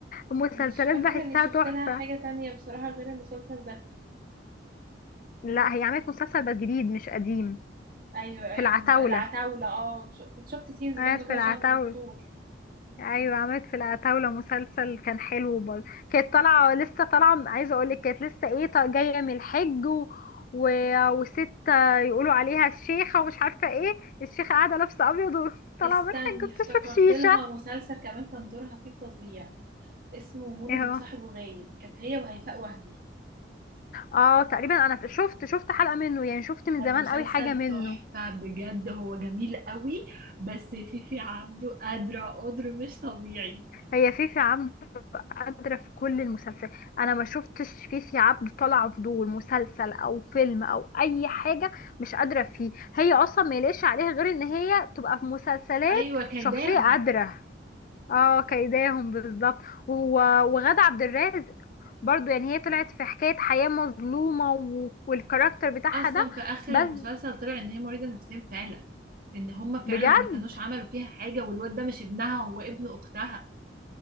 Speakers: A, on the left; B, on the right.
A: المسلسلات
B: مش فاكره
A: بحسها
B: اني شفت
A: تحفة
B: لها حاجه تانية بصراحه غير المسلسل ده
A: لا هي عملت مسلسل بس جديد مش قديم
B: ايوه ايوه
A: في العتاولة
B: العتاوله اه ش- كنت شفت سينز منه
A: عملت في
B: كده
A: العتاولة
B: عشان ما شفتوش
A: ايوه عملت في العتاولة مسلسل كان حلو برضه كانت طالعة لسه طالعة عايزة اقولك كانت لسه ايه طا- جاية من الحج و... و... وست يقولوا عليها الشيخة ومش عارفة ايه الشيخة قاعدة لابسة ابيض وطالعة
B: استني
A: من الحج
B: افتكرت
A: بتشرب شيشة
B: لها مسلسل كمان كان دورها فيه فظيع اسمه مولد
A: ايه
B: وصاحبه
A: هو
B: غايب كانت هي وهيفاء وهبي
A: اه تقريبا انا شفت شفت حلقة منه يعني شفت من
B: هو المسلسل
A: زمان قوي حاجة منه
B: تحفة بجد هو جميل قوي بس فيفي عبده قادرة قدر مش طبيعي
A: هي فيفي عبده قادرة في كل المسلسلات انا ما شفتش فيفي عبد طالعة فضول مسلسل او فيلم او اي حاجة مش قادرة فيه هي اصلا ما يليقش عليها غير ان هي تبقى في مسلسلات
B: أيوة كيداهم
A: شخصية قادرة اه كيداهم بالظبط و- وغادة عبد الرازق برضو يعني هي طلعت في حكاية حياة مظلومة و- والكاركتر بتاعها
B: أصلا
A: ده
B: في آخر
A: بس
B: المسلسل طلع إن هي مريضة نفسيا فعلا إن هما فعلا
A: بجد
B: ما كانوش عملوا فيها حاجة والواد ده مش ابنها هو ابن أختها